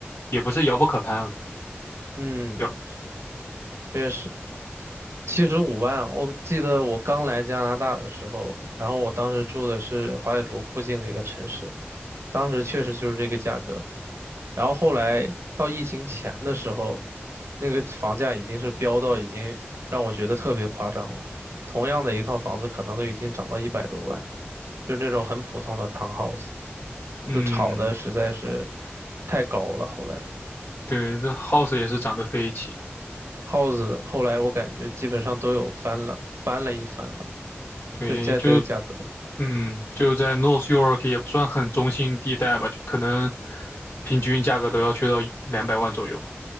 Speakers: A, on the left; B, on the right.
A: 也不是遥不可攀了。
B: 嗯，
A: 有，
B: 确实。七十五万，我记得我刚来加拿大的时候，然后我当时住的是华北卢附近的一个城市，当时确实就是这个价格。然后后来到疫情前的时候，那个房价已经是飙到已经让我觉得特别夸张了。同样的一套房子，可能都已经涨到一百多万，就是那种很普通的 townhouse，
A: 嗯。
B: 就炒的实在是太高了。后来
A: 对，这 house 也是涨得飞起，
B: house 后来我感觉基本上都有翻了，翻了一番了。
A: 对，
B: 就在这个价格，
A: 就嗯，就在 North York 也不算很中心地带吧，就可能平均价格都要去到两百万左右。